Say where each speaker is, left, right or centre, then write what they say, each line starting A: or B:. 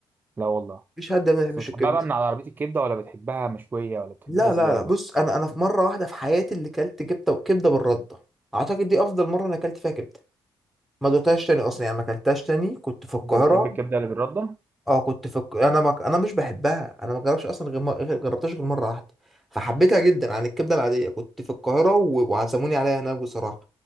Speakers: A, on the right; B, in the centre.
A: لا والله
B: مفيش حد ما يحبش
A: بس بتحبها
B: الكبده
A: بقى من على عربيه الكبده ولا بتحبها مشويه ولا بتحبها
B: لا
A: ازاي
B: لا لا بص
A: بقى
B: انا انا في مره واحده في حياتي اللي كلت كبده كبده بالرده اعتقد دي افضل مره انا كلت فيها كبده ما دوتهاش تاني اصلا يعني ما كلتهاش تاني كنت في القاهره
A: انت بتحب الكبده اللي بالرده
B: اه كنت في الق... انا ما... انا مش بحبها انا ما جربتش اصلا غير م... غير- جربتهاش غير مره واحده فحبيتها جدا عن الكبده العاديه كنت في القاهره و... وعزموني عليها هناك بصراحه